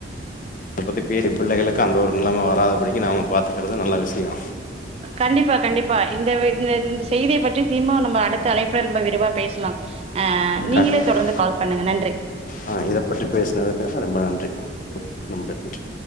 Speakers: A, on the left (about 45°); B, on the right (about 30°).
A: இதப்பத்தி பேசி பிள்ளைகளுக்கு அந்த ஒரு நிலைம வராதபடிக்கி நாம பாத்துக்கிறது நல்ல விஷியோ
B: கண்டிப்பா கண்டிப்பா இந்த வி இந்த இந்த செய்திய பற்றி திம்பவு நம்ப அடுத்த அழைப்புல நம்ப விரிவா பேசலா ஆ நீங்களே
A: கண்டிப்பா
B: தொடர்ந்து கால் பண்ணுங்க நன்றி
A: ஆ இத பற்றி பேசினதுக்காக ரொம்ப நன்றி ரொம்ப நன்றி